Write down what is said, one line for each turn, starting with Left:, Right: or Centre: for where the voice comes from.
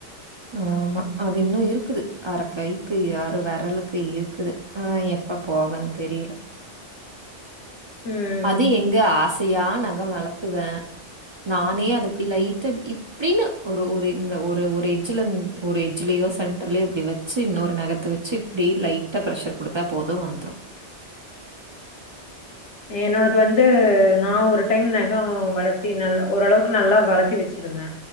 Left: <inaudible>
Right: ஆமா அது இன்னு இருக்குது அற கைக்கு யறு வெரலுக்கு இருக்குது அதான் எ எப்ப போவன் தெரியல
Left: ம்.
Right: அது எங்க ஆசையா நெகம் வளர்த்துவே நானே அது இப்படி லைட்டா ப் இப்டின்னு ஒரு ஒரு இந்த ஒரு ஒரு எஜ்ஜ்ல ஒரு ஒரு எட்ஜ்லயோ சென் ட்ரலயோ இப்டி வச்சு இன்னொரு நகத்த வச்சு இப்டி லைட்டா ப்ரெஷர் குடுத்தா போது வந்துரு
Left: என்னோடது வந்து நா ஒரு டைம் நகொ வளத்தி நலல ஓரளவுக்கு நல்லா வளத்தி வச்சிருந்தே